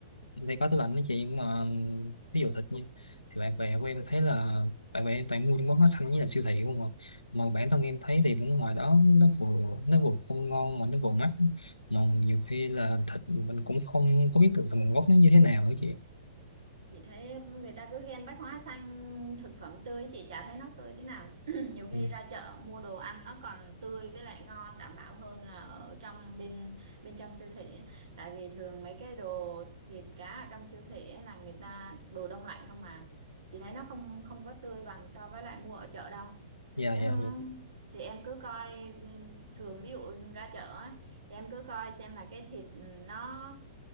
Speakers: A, on the left; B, on the right.
A: đây có tủ lạnh đó chị nhưng mà ví dụ thịt như thì bạn bè của em thấy là bạn bè em toàn mua những món hóa xanh với là siêu thị không à mà bản thân em thấy thì cũng ngoài đó nó vừa nó vừa không ngon mà nó vừa mắc mà nhiều khi là thịt mình cũng không có biết được là nguồn gốc nó như thế nào đó chị
B: chị thấy người ta cứ khen bách hóa xanh thực phẩm tươi chị chả thấy nó tươi tí nào <clears throat> nhiều khi
A: Ừ.
B: ra chợ mua đồ ăn nó còn tươi với lại ngon đảm bảo hơn là ở trong bên bên trong siêu thị á. tại vì thường mấy cái đồ thịt cá ở trong siêu thị á là người ta đồ đông lạnh không mà chị thấy nó không không có tươi bằng so với lại mua ở chợ đâu
A: dạ
B: nếu
A: dạ dạ
B: thì em cứ coi ừ, thường ví dụ ra chợ á, thì em cứ coi xem là cái thịt nó